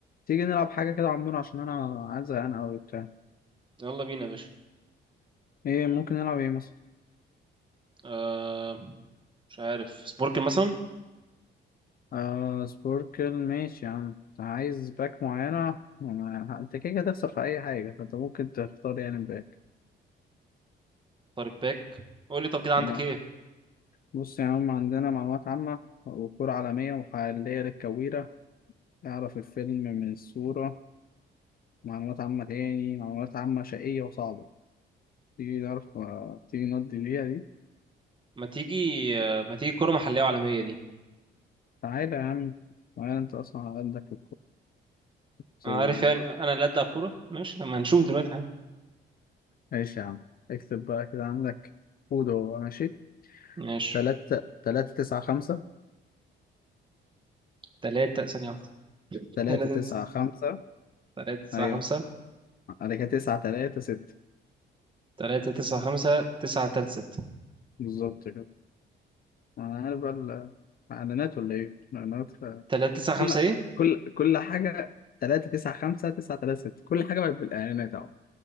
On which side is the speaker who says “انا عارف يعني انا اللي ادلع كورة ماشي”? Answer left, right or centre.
Right